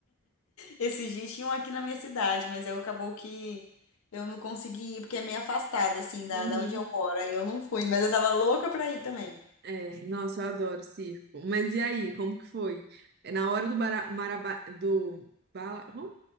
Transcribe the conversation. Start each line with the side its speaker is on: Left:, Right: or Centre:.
Left: Esses dias tinham aqui na minha cidade, mas eu acabou que eu não consegui ir, porque é meio afastado, assim, da,
Right: Uhum.
Left: da onde eu moro. Aí eu não fui, mas eu tava louca pra ir também.
Right: É, nossa, eu adoro circo. Mas e aí, como que foi? É, Na hora do, bara, maraba, do bala- hum?